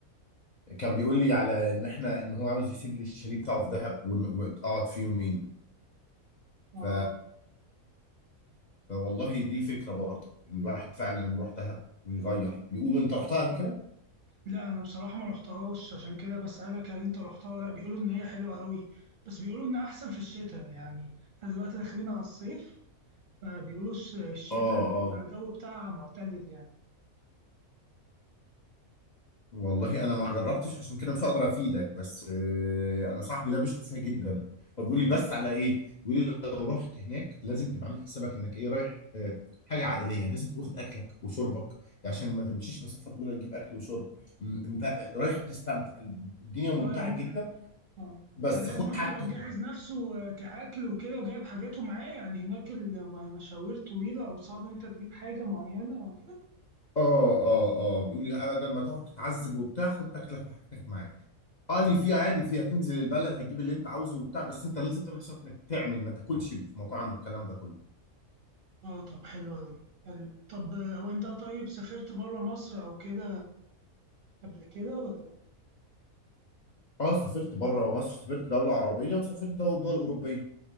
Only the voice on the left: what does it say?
كان بيقول لي على ان احنا ان هو عاوز يسيب لي الشاليه بتاعه في دهب ون- واقعد فيه يومين
ف... فوالله دي فكرة برضه ان الواحد فعلا يروح دهب ويغير بيقولوا انت رحتها قبل كده؟
اه
اه
والله انا ما جربتش عشان كده مش هقدر افيدك بس آه، انا صاحبي ده بيشكر فيها جدا فبيقول لي بس على ايه؟ بيقول لي لو رحت هناك لازم تبقى عامل حسابك انك ايه رايح آه، حاجة عائلية يعني لازم تكون واخد اكلك وشربك عشان ما تمشيش مسافة طويلة تجيب اكل وشرب م- انت رايح تستمتع الدنيا ممتعة
جدا
بس
خد
حاجتك
اه اه اه بيقول لي بدل ما تقعد تتعذب وبتاع خد اكلك وحاجتك معاك قال لي في عادي في هتنزل البلد هتجيب اللي انت عاوزه وبتاع بس انت لازم تعمل حسابك انك تعمل ما تاكلش في مطاعم والكلام ده كله
اه سافرت بره مصر سافرت دولة عربية وسافرت دو- دول أوروبية